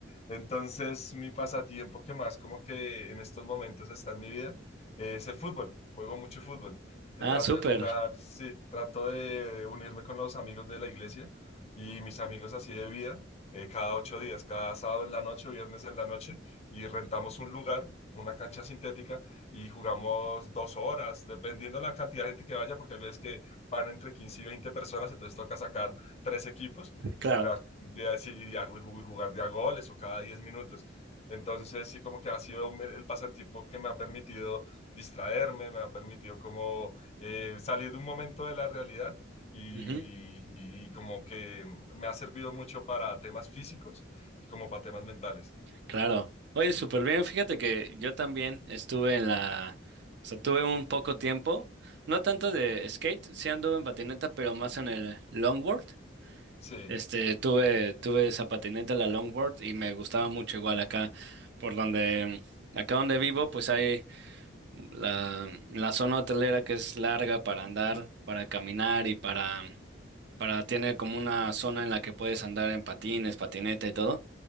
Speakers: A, on the left; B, on the right.
A: Entonces mi pasatiempo que más como que en estos momentos está en mi vida eh, es el fútbol, juego mucho fútbol. Se
B: Ah,
A: trató
B: súper,
A: de jugar, sí, trato de unirme con los amigos de la iglesia y mis amigos así de vida, eh, cada ocho días, cada sábado en la noche o viernes en la noche, y rentamos un lugar, una cancha sintética, y jugamos dos horas, dependiendo la cantidad de gente que vaya, porque hay veces que van entre 15 y 20 personas, entonces toca sacar tres equipos y
B: claro.
A: jugar de, así, y a- y ju- jugar de a goles o cada 10 minutos. Entonces, sí, como que ha sido un- el pasatiempo que me ha permitido distraerme, me ha permitido como eh, salir de un momento de la realidad y,
B: Ujú.
A: y como que me ha servido mucho para temas físicos y como para temas mentales.
B: Claro. Oye, súper bien. Fíjate que yo también estuve en la, o sea, tuve un poco tiempo, no tanto de skate, sí anduve en patineta, pero más en el longboard.
A: Sí,
B: Este, tuve, tuve esa patineta, la longboard, y me gustaba mucho igual acá, por donde, acá donde vivo, pues hay la, la zona hotelera que es larga para andar, para caminar y para, para, tiene como una zona en la que puedes andar en patines, patineta y todo.